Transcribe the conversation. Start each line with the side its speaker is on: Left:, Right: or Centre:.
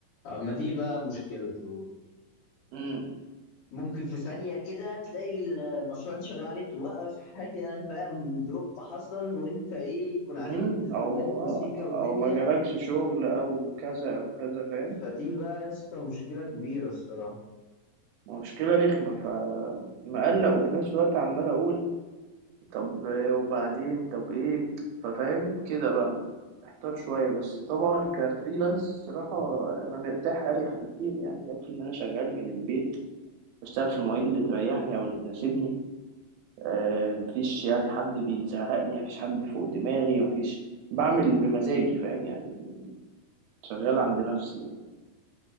Left: اما دي بقى مشكلته
Right: مم.
Left: ممكن في ثانيه كده تلاقي ال- المشروع اللي انت شغال عليه توقف حاجه فاهم دروب حصل وانت ايه يكون
Right: مم.
Left: عليك التزامات
Right: أو
Left: وسيكه
Right: أو
Left: ودنيا
Right: ما جالكش شغل أو كذا أو كذا فاهم
Left: فدي بقى يا اسطى مشكله كبيره الصراحه
Right: مشكلة رخمة فمقلق وفي نفس الوقت عمال أقول طب وبعدين طب ايه ففاهم كده بقى محتار شوية بس طبعا كفريلانس صراحة
Left: مم.
Right: أنا مرتاح أريح بكتير يعني يكفي إن أنا شغال من البيت بشتغل في المواعيد اللي تريحني أو اللي تناسبني آه مفيش يعني حد بيزهقني مفيش حد فوق دماغي مفيش بعمل بمزاجي فاهم يعني شغال عند نفسي يعني